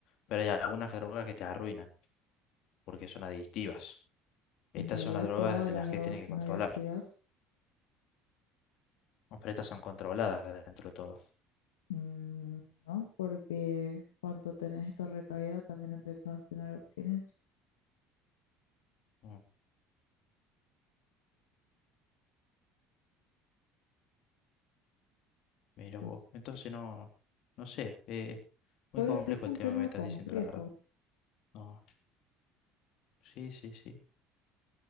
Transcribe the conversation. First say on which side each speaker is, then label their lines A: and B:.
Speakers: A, on the left; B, on the left.
A: Pero hay algunas drogas que te arruinan, porque son adictivas. Estas
B: En realidad,
A: son las drogas
B: todas
A: de
B: las
A: las que
B: drogas
A: tienen que
B: son
A: controlar.
B: adictivas,
A: ¿no? Pero estas son controladas dentro de todo.
B: mm, ¿no? Porque cuando tenés esta recaída, también empezás a tener abstinencia.
A: Mm. Mira
B: Entonces,
A: vos. Entonces no, no sé, eh, muy
B: por
A: complejo
B: eso es un
A: el tema
B: tema
A: que me estás
B: complejo.
A: diciendo, la verdad. No, sí, sí, sí.